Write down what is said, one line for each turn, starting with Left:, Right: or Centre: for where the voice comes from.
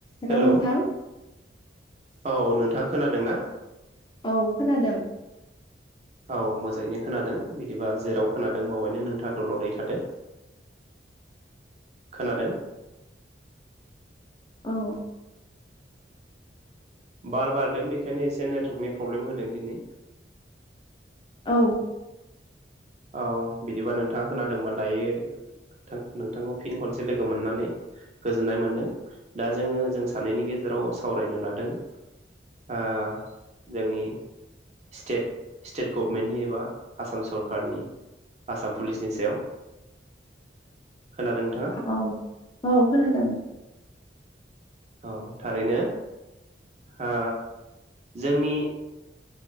Left: हेल'
Right: हेलौ
Left: नोंथां।
Right: औ नोंथाङा खोनादों ना?
Left: औ खोनादों।
Right: औ मोजाङैनो खोनादों बिदिबा जेराव खोनादों बेावहायनो नोंथाङा दलदै थादो। खोनादों।
Left: औ।
Right: बार बारदों बेखायनो एसे नेटवर्कनि प्रब्लेम होदों दिनै।
Left: औ।
Right: औ बिदिबा नोंथाङा खोनादोंबा दायो नोंथांखौ फिन खनसे लोगो मोननानै गोजोननाय मोनदों दा जोंङो जों सानैनि गेजेराव सावरायनो लादों ओ जोंनि स्टेत स्टेट गभमेन्टनि एबा आसाम सरकार सखारनि आसाम पुलिसनि सायाव खोनादों नोंथाङा?
Left: औ औ खोनादों
Right: औ थारैनो। ओ जोंनि